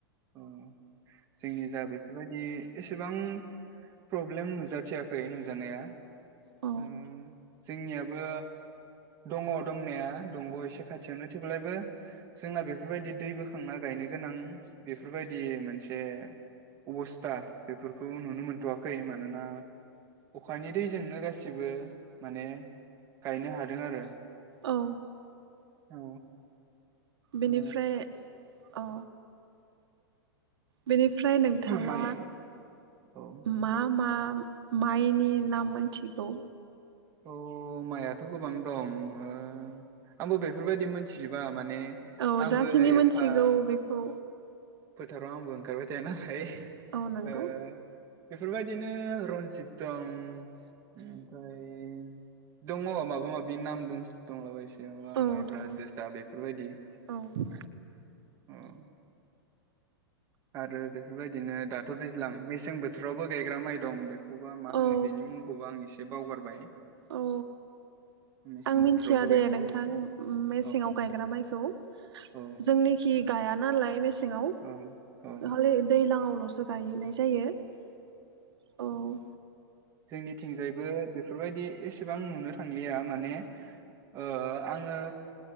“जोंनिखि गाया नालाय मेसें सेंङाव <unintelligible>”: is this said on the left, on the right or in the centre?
Right